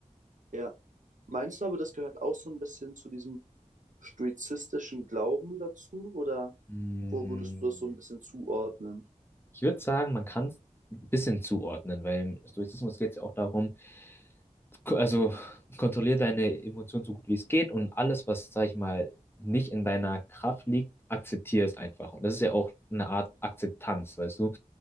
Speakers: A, on the right (about 75°); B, on the left (about 15°).
A: ja. Meinst du aber, das gehört auch so ein bisschen zu diesem stoizistischen Glauben dazu oder
B: Mm.
A: wo würdest du das so ein bisschen zuordnen?
B: Ich würde sagen, man kann es ein bisschen zuordnen, weil im Stoizismus geht es ja auch darum, ko- also kontrollier deine Emotionen so gut wie es geht und alles, was, sag ich mal, nicht in deiner Kraft liegt, akzeptier es einfach. Und das ist ja auch eine Art Akzeptanz, weißt du?